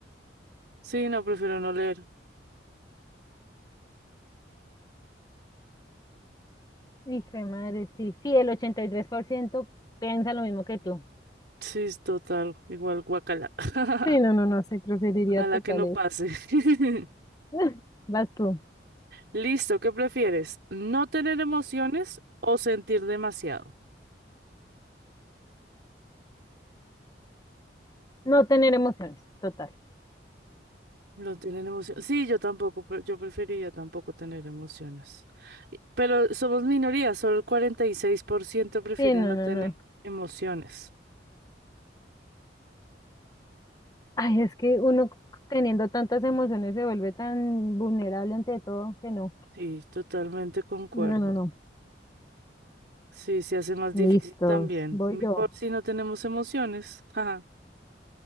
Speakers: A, on the right; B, on the left.
A: Sí, no, prefiero no leer.
B: Hijo de madre, sí. Sí, el 83% piensa lo mismo que tú.
A: Sí, es total, igual guacala. <laughs>
B: Sí, no, no, no, sí, preferiría
A: Ojalá
B: total
A: que no
B: eso.
A: pase. <laughs>
B: <laughs> Vas tú.
A: Listo, ¿qué prefieres? ¿No tener emociones o sentir demasiado?
B: No tener emociones, total.
A: No tener emociones. Sí, yo tampoco, pre- yo preferiría tampoco tener emociones. Y- Pero somos minoría, solo el 46% prefiere
B: Sí, no,
A: no
B: no,
A: tener
B: no.
A: emociones.
B: Ay, es que uno teniendo tantas emociones se vuelve tan vulnerable ante todo que no.
A: Sí, totalmente concuerdo.
B: No, no, no.
A: Sí, se hace más
B: Listos.
A: difícil también.
B: Voy
A: Mejor
B: yo.
A: si
B: <laughs>
A: no tenemos emociones. Ajá.